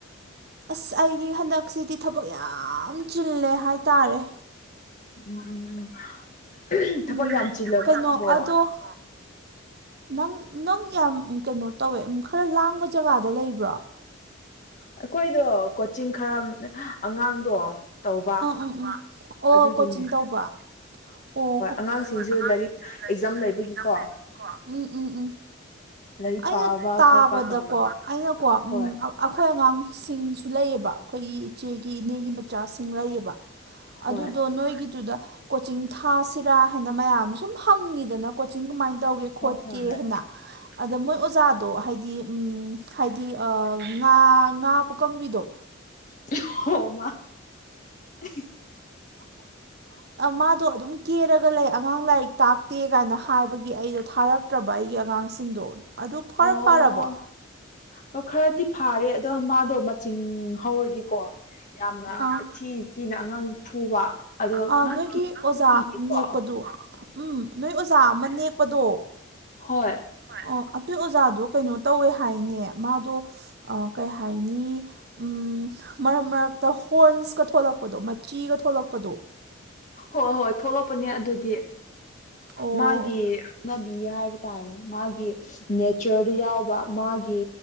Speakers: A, on the right; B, on the left.
A: ꯑꯁ ꯑꯩꯗꯤ ꯍꯟꯗꯛꯁꯤꯗꯤ ꯊꯕꯛ ꯌꯥꯝ ꯆꯤꯜꯂꯦ ꯍꯥꯏꯇꯥꯔꯦ
B: ꯎꯝ ꯎꯝ ꯎꯝ ꯊꯕꯛ
A: ꯎꯝ
B: ꯌꯥꯝ ꯆꯤꯜꯂꯕ
A: ꯀꯩꯅꯣ
B: ꯅꯪꯕꯣ
A: ꯑꯗꯣ ꯅꯪ - ꯅꯪ ꯌꯥꯝ ꯀꯩꯅꯣ ꯇꯧꯋꯦ ꯈꯔ ꯂꯥꯡꯕ ꯖꯒꯥꯗ ꯂꯩꯕ꯭ꯔꯣ
B: ꯑꯩꯈꯣꯏꯗꯣ ꯀꯣꯆꯤꯡ ꯈꯔ ꯑꯉꯥꯡꯗꯣ ꯇꯧꯕ
A: <inaudible> ꯑꯣ
B: ꯑꯗꯨꯒꯤꯅꯦ
A: ꯀꯣꯆꯤꯡ ꯇꯧꯕ ꯑꯣꯣ ꯍꯣꯏ - ꯍꯣꯏ
B: ꯑꯉꯥꯡꯁꯤꯡꯁꯨ ꯂꯥꯏꯔꯤꯛ
A: ꯑꯉꯥꯡꯁꯤꯡꯁꯨ
B: ꯑꯦꯛꯖꯥꯝ ꯂꯩꯕꯒꯤꯀꯣ
A: ꯂꯥꯏꯔꯤ ꯑꯦꯛꯖꯥꯝ ꯂꯩꯕꯒꯤ ꯀꯣ ꯎꯝ ꯎꯝ ꯎꯝ
B: ꯂꯥꯏꯔꯤꯛ
A: ꯑꯩꯅ
B: ꯄꯥꯕ
A: ꯇꯥꯕꯗꯀꯣ
B: ꯈꯣꯠꯄ ꯇꯧꯔꯦꯕ
A: ꯑꯩꯅ ꯀꯣ
B: ꯍꯣꯏ
A: ꯎꯝ ꯑꯩꯈꯣꯏ ꯑꯉꯥꯡꯁꯤꯡꯁꯨ ꯂꯩꯑꯕ ꯑꯩꯈꯣꯏꯒꯤ ꯏꯆꯦꯒꯤ ꯏꯅꯦꯒꯤ ꯃꯆꯥꯁꯤꯡ ꯂꯩꯌꯦꯕ
B: ꯍꯣꯏ
A: ꯑꯗꯨꯗꯣ ꯅꯣꯏꯒꯤꯗꯨꯗ ꯀꯣꯆꯤꯡ ꯊꯥꯁꯤꯔꯥ ꯍꯥꯏꯅ ꯃꯌꯥꯝ ꯁꯨꯝ ꯍꯪꯉꯤꯗꯅ ꯀꯣꯆꯤꯡ ꯀꯃꯥꯏꯅ ꯇꯧꯒꯦ
B: ꯍꯣꯏ
A: ꯈꯣꯠꯀꯦ
B: ꯍꯣꯏ ꯍꯣꯏ
A: ꯍꯥꯏꯅ ꯑꯗ ꯃꯣꯏ ꯑꯣꯖꯥꯗꯣ ꯍꯥꯏꯗꯤ ꯎꯝ ꯍꯥꯏꯗꯤ ꯉꯥ - ꯉꯥ ꯀꯪꯕꯤꯗꯣ
B: <unintelligible>
A: ꯃꯥꯗꯣ ꯑꯗꯨꯝ ꯀꯦꯔꯒ ꯂꯩ ꯑꯉꯥꯡ ꯂꯥꯏꯔꯤꯛ ꯇꯥꯛꯇꯦ ꯀꯥꯏꯅ ꯍꯥꯏꯕꯒꯤ ꯑꯩꯗꯣ ꯊꯥꯔꯛꯇ꯭ꯔꯕ ꯑꯩꯒꯤ ꯑꯉꯥꯡꯁꯤꯡꯗꯣ ꯑꯗꯨ ꯐꯔ
B: ꯑꯣ
A: ꯐꯔꯕꯣ
B: ꯑꯣ ꯈꯔꯗꯤ ꯐꯥꯔꯦ ꯑꯗꯣ ꯃꯥꯗꯣ ꯃꯤꯡ ꯍꯧꯔꯗꯤꯀꯣ ꯌꯥꯝꯅ
A: ꯑꯥ
B: ꯊꯤ ꯊꯤꯅ ꯑꯉꯥꯡ ꯐꯨꯕ ꯑꯗꯣ
A: ꯑꯥ
B: ꯅꯪ
A: ꯅꯣꯏꯒꯤ
B: ꯀꯤ
A: ꯑꯣꯖꯥ
B: ꯀꯤꯗꯦ ꯀꯣ
A: ꯅꯦꯛꯄꯗꯣ ꯎꯝ ꯅꯣꯏ ꯑꯣꯖꯥ ꯑꯃ ꯅꯦꯛꯄꯗꯣ
B: ꯍꯣꯏ
A: ꯑꯣ ꯑꯗꯨꯏ ꯑꯣꯖꯥꯗꯣ ꯀꯩꯅꯣ ꯇꯧꯋꯦ ꯍꯥꯏꯅꯦ ꯃꯥꯗꯣ ꯑ ꯀꯩ ꯍꯥꯏꯅꯤ ꯎ ꯃꯔꯛ ꯃꯔꯛꯇ ꯍꯣꯔꯟꯁꯀꯥ ꯊꯣꯛꯂꯛꯄꯗꯣ ꯃꯆꯤꯒ ꯊꯣꯛꯂꯛꯄꯗꯣ
B: ꯍꯣꯏ - ꯍꯣꯏ ꯊꯣꯛꯂꯛꯄꯅꯦ ꯑꯗꯨꯗꯤ
A: ꯑꯣ
B: ꯃꯥꯒꯤ ꯆꯠꯅꯕꯤ ꯍꯥꯏꯕ ꯇꯥꯔꯦ ꯃꯥꯒꯤ ꯅꯦꯆꯔꯗ ꯌꯥꯎꯕ ꯃꯥꯒꯤ